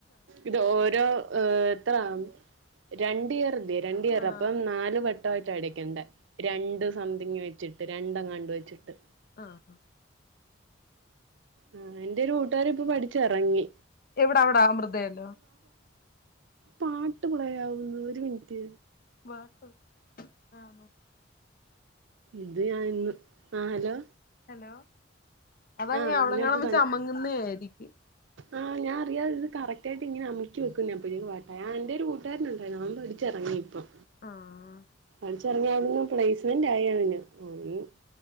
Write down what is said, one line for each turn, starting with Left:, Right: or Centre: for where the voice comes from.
Right: ഇത് ഓരോ ഏഹ് ത്തം രണ്ട് ഇയർ ലെ രണ്ട് ഇയർ
Left: ആഹ്
Right: അപ്പം നാല് വട്ടായിട്ട് അടക്കണ്ട രണ്ട് സംതിങ്ങ് വെച്ചിട്ട് രണ്ടങ്ങാണ്ട് വെച്ചിട്ട്
Left: ആഹ്
Right: ആഹ് എന്റെ ഒരു കൂട്ടുകാരി ഇപ്പൊ പഠിച്ച ഇറങ്ങി
Left: എവിടെ അവിടെ അമൃതയല്ലോ
Right: പാട്ട് പ്ലെ ആവുന്ന് ഒരു മിനിറ്റ്
Left: <unintelligible>
Right: ഇത് ഞാൻന്ന് ആഹ് ഹലോ
Left: ഹലോ അതങ്ങ
Right: ആഹ്
Left: അവിടെ
Right: ഇതിനകത്ത്
Left: ങ്ങാനും വെച്ച് അമുങ്ങുന്നേയിരിക്കും
Right: ആ ഞാ അറിയാതെ ഇത് കറക്റ്റ് ആയിട്ട് ഇങ്ങനെ അമർക്കി വെക്ക അപ്പോഴേക്കും പാട്ടായി ആഹ് ന്റെ ഒരു കൂട്ടുകാരനുണ്ടായിരുന്നു അവൻ പഠിച്ചിറങ്ങി ഇപ്പം കൂട്ടുകാരരുണ്ടായിരുന്നു നൻ പടിച്ചിറങ്ങി ഇപ്പം
Left: ആഹ്
Right: <unintelligible>